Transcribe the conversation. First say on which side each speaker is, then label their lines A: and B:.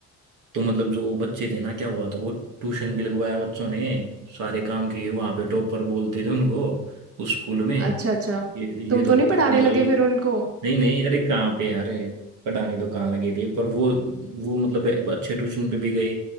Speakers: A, on the right; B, on the right.
A: तो मतलब जो बच्चे थे ना क्या हुआ था वो ट्यूशन भी लगवाया बच्चों ने सारे काम किए वहां पे टॉपर बोलते थे उनको उस स्कूल में
B: अच्छा अच्छा
A: ये
B: तुम
A: ये तो
B: तो
A: टॉपर
B: नहीं पढ़ाने
A: है भाई
B: लगे फिर उनको
A: नहीं नहीं अरे कहाँ पे अरे पढ़ाने तो कहाँ लगे थे पर वो वो मतलब अच्छे ट्यूशन पे भी गई